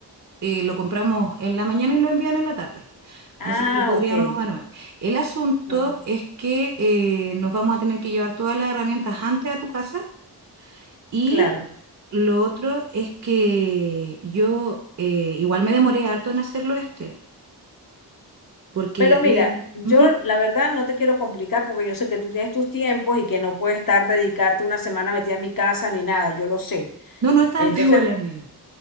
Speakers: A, on the right; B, on the left.
A: eh, lo compramos en la mañana y lo envían en la tarde.
B: Ah,
A: Así que lo podríamos
B: ok.
A: armar. El asunto
B: Bueno,
A: es que eh, nos vamos a tener que llevar todas las herramientas antes a tu casa y
B: claro.
A: lo otro es que yo eh, igual me demoré harto en hacerlo este, porque
B: Pero mira,
A: eh,
B: yo
A: ujú.
B: la verdad no te quiero complicar porque yo sé que tú tienes tus tiempos y que no puedes estar dedicarte una semana metida en mi casa ni nada, yo lo sé.
A: No, no es tanto
B: Entonces,
A: igual, amiga.